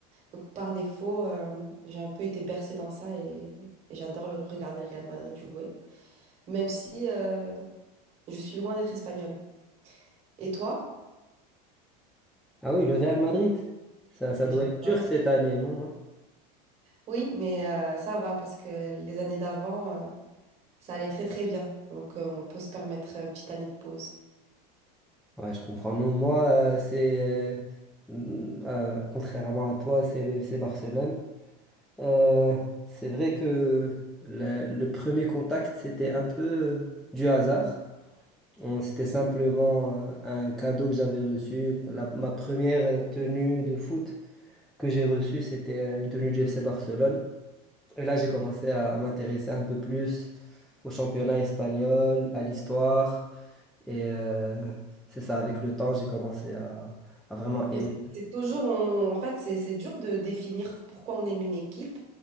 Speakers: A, on the right; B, in the centre.
A: Donc par défaut, euh, j'ai un peu été bercée dans ça et, et j'adore le, regarder le Real Madrid jouer, même si euh, je suis loin d'être espagnole. Et toi?
B: Ah oui, le Real Madrid. Ça, ça
A: J'adore.
B: doit être dur cette année, non? hein
A: Oui, mais euh, ça va parce que les années d'avant, euh, ça allait très très bien. Donc euh, on peut se permettre une petite année de pause.
B: Ouais, je comprends. Non, moi, euh, c'est... euh, mm, euh, contrairement à toi, c'est le FC Barcelone. Euh, c'est vrai que le, le premier contact, c'était un peu euh, du hasard. On- C'était simplement euh, un cadeau que j'avais reçu, la- ma première euh, tenue de foot. que j'ai reçue, c'était euh, une tenue du FC Barcelone. Et là, j'ai commencé à m'intéresser un peu plus au championnat espagnol, à l'histoire. Et euh, c'est ça, avec le temps, j'ai commencé à, à vraiment
A: Mais
B: aimer.
A: c'est c'est toujours, on- en fait, c'est c'est dur de définir pourquoi on aime une équipe,